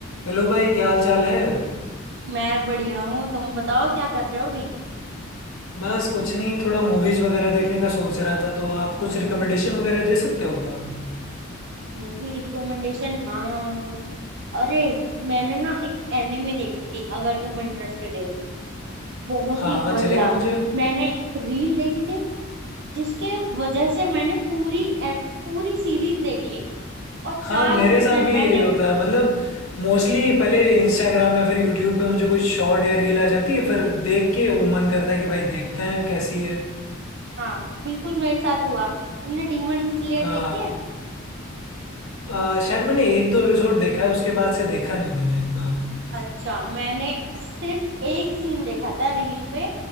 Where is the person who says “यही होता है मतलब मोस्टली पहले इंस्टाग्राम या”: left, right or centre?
Left